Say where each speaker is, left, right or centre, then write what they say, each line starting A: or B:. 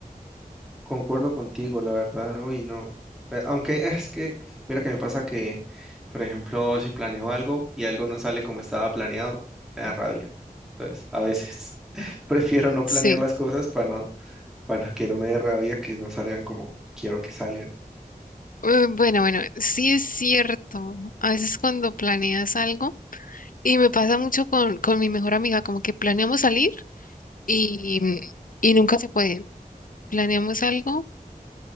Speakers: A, in the centre; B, on the left (about 65°).
A: concuerdo contigo, la verdad. Uy, no. Eh, Aunque <laughs> es que, mira que me pasa que, por ejemplo, si planeo algo y algo no sale como estaba planeado, me da rabia. Entonces, a veces <laughs> prefiero no planear
B: Sí.
A: las cosas para no, para que no me dé rabia que no salgan como quiero que salgan.
B: Eh, Bueno, bueno, sí es cierto. A veces cuando planeas algo, y me pasa mucho con, con mi mejor amiga, como que planeamos salir y, y nunca se puede. Planeamos algo